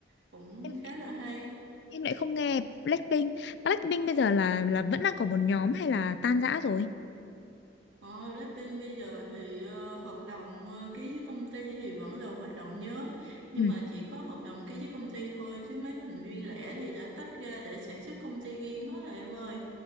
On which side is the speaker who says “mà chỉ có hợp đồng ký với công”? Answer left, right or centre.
Right